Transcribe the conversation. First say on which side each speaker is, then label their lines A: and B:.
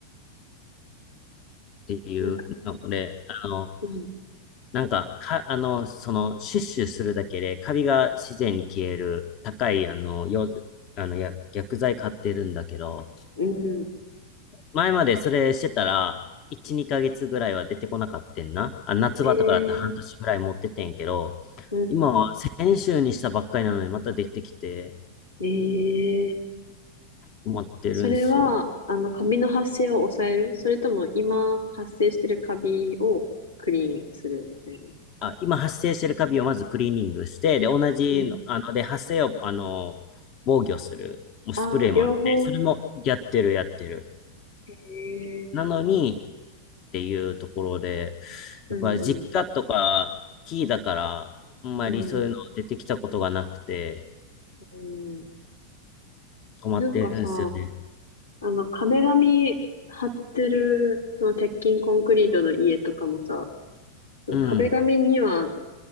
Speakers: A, on the left (about 35°); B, on the left (about 85°).
A: っていうので、
B: なんか、
A: あの、
B: うん、
A: なんか、か、あの、その、シュッシュするだけで、カビが自然に消える、高い、あの、よ、あの、や、薬剤買ってるんだけど、
B: うん。
A: 前までそれしてたら、1、2ヶ月ぐらいは出てこなかったんな。あ、夏場とかだったら半年ぐらい持っててんけど、
B: ええうん。
A: 今は先週にしたばっかりなのにまたできてきて
B: ええ
A: 困ってるんすよ。
B: それは、あの、カビの発生を抑えるそれとも、今発生してるカビをクリーンするみたいな。
A: あ、今発生してるカビをまずクリーニングして、で、同じの、
B: うん。
A: あの、で、発生を、あの、防御する、もうスプレーもあって、
B: ああ、両方。
A: それもやってる、やってる。
B: へえ、
A: なのにっていうところで、
B: うんうん、
A: やっぱり実家とかキーだから、あんまりそういうの出てきたことがなくて
B: うん、うん。
A: 困ってるんですよね。
B: なんかさ、あの、壁紙貼ってる、その鉄筋コンクリートの家とかもさ、その壁紙には
A: うん。